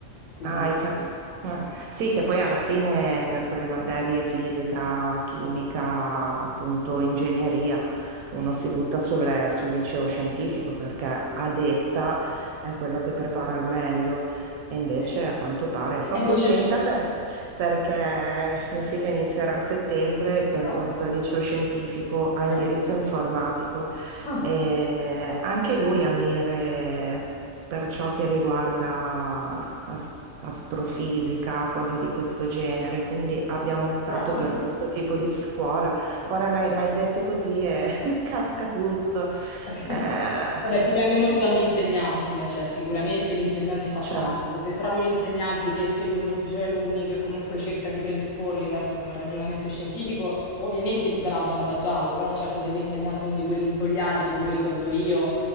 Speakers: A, on the left (about 70°); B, on the right (about 80°).
A: quindi...
B: Ah, hai cap- eh.
A: eh.
B: Sì, che poi alla fine per quelle materie fisica, chimica, appunto ingegneria, uno
A: Mm.
B: si butta sul, sul liceo scientifico perché a detta è quello che prepara al meglio. E invece
A: Sì.
B: a quanto pare sono
A: E invece
B: contenta
A: no.
B: per-
A: <laughs>
B: perché mio figlio inizierà a settembre il percorso
A: No.
B: al liceo scientifico
A: Ok.
B: a indirizzo informatico
A: Ah,
B: e anche lui ha mire per ciò che riguarda as- astrofisica, cose di questo genere, quindi abbiamo optato
A: bravo.
B: per questo tipo di scuola. Ora mi hai mi hai detto così e <laughs> casca tutto.
A: <laughs>
B: Eh,
A: Vabbè, dipende molto dall'insegnante, cioè sicuramente l'insegnante fa
B: cioè,
A: tanto. Se trovi un insegnante che segue molti suoi alunni, che comunque cerca di predisporli verso un ragionamento scientifico, ovviamente lui sarà avvantaggiato, però certo se l'insegnante è uno di quelli svogliati, tipo quelli che ho avuto io,